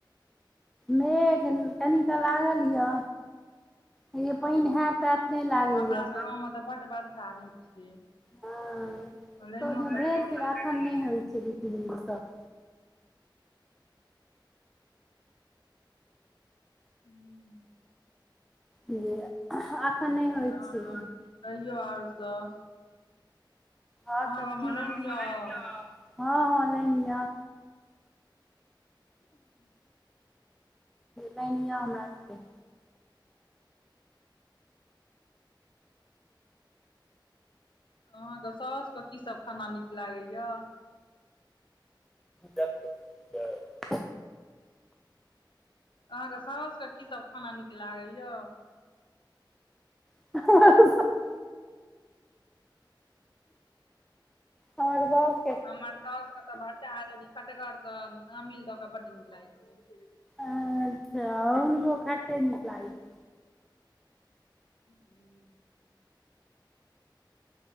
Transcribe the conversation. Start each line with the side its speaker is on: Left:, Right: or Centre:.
Centre: मेघ कनिकऽ लागल य। हे यै पानि
Left: नय
Centre: हाट ताठ नै लागैए।
Left: हमरा सब गाँवमे तऽ बड्ड वर्षा होइ छै
Centre: हँ, भेल
Left: लाइनो सब कटि
Centre: छलै,
Left: गेलै
Centre: एखन नहि होइत छै दू तीन दिन सं।
Left: हुं।
Centre: जे एखन नहि होइ
Left: त
Centre: छै
Left: कहियौ आर सब। <inaudible>
Centre: और सब
Left: गाँवमे
Centre: ठीक
Left: लाइन यऽ
Centre: हँ हं लाइन य।
Left: <inaudible>
Centre: लाइन ये हमरा सबके।
Left: अहाँके साउस के कीसभ खाना नीक लागैए।
Centre: जास्त जा <unintelligible>
Left: अहाँके साउसके की सब खाना नीक लागैये।
Centre: आ <unintelligible> हमर बग <unintelligible>
Left: हमर साउस के तऽ भटा अदौरी खटगर से अमिल द के बड नीक लागै छै।
Centre: अच्छा, हुनको खटे नीक लागै छै।
Left: हुं।